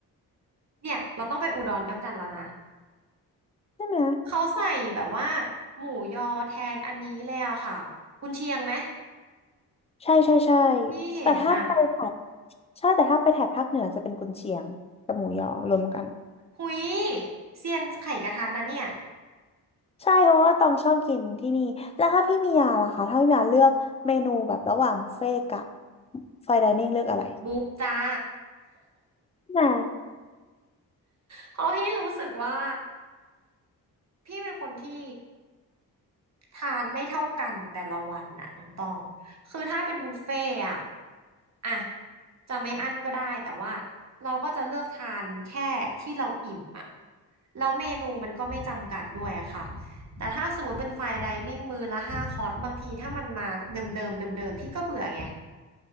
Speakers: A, on the right; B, on the left.
A: เนี่ยเราต้องไปอุดรเดียวกันแล้วนะ
B: ใช่ไหม
A: เขาใส่แบบว่าหมูยอแทนอันนี้เลยอะค่ะกุนเชียงไหม
B: ใช่ใช่ใช่
A: ที่เห็นน่ะ
B: แต่ถ้าไปแถบใช่แต่ถ้าไปแถบภาคเหนือจะเป็นกุนเชียงกับหมูยอรวมกัน
A: หุยเซียนไข่กระทะนะเนี่ย
B: ใช่เพราะว่าตองชอบกินที่นี่ แล้วถ้าพี่มียาล่ะคะถ้าพี่มียาเลือกเมนูแบบระหว่างบุฟเฟ่ต์กับไฟน์ไดนิ่งเลือกอะไร
A: บุ๊บจ้า
B: นะ
A: เพราะพี่รู้สึกว่าพี่เป็นคนที่ทานไม่เท่ากันแต่ละวันน่ะน้องตองคือถ้าเป็นบุฟเฟ่ต์อะอะจะไม่อั้นก็ได้แต่ว่าเราก็จะเลือกทานแค่ที่เราอิ่มอะแล้วเมนูมันก็ไม่จำกัดด้วยอะค่ะแต่ถ้าสมมติเป็นไฟน์ไดนิ่งมื้อละห้าคอร์สบางทีถ้ามันมาเดิมๆเดิมๆพี่ก็เบื่อไง